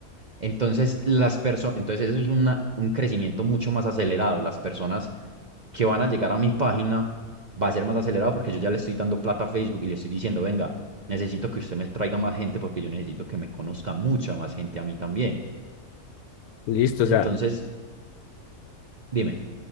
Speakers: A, on the right; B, on the left.
A: Entonces, las perso- entonces eso es una- un crecimiento mucho más acelerado. Las personas que van a llegar a mi página va a ser más acelerado porque yo ya le estoy dando plata a Facebook y le estoy diciendo, venga, necesito que usted me traiga más gente porque yo necesito que me conozca mucha más gente a mí también.
B: Listo,
A: Entonces,
B: o sea,
A: dime.